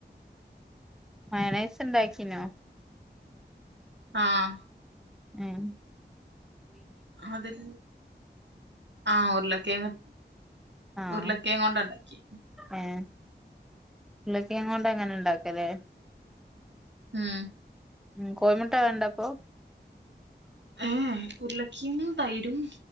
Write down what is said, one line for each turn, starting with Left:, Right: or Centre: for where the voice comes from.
Centre: മയണൈസ് ഇണ്ടാക്കിനോ
Right: ആഹ്
Centre: ഏഹ്
Right: അതിൽ ആ ഉർളക്കെയ്ങ്ങ്
Centre: ആഹ
Right: ഉര്ളക്കേങ്ങോണ്ടാണ്ടാക്കി
Centre: ഏഹ് <inaudible> ളക്കെങ്ങോണ്ടങ്ങനെ ഇണ്ടാക്കലേ
Right: ഉം
Centre: ഉം കോയ്മുട്ട വേണ്ടപ്പൊ
Right: ഏഹെ ഉര്ളക്കീങ്ങും തൈരും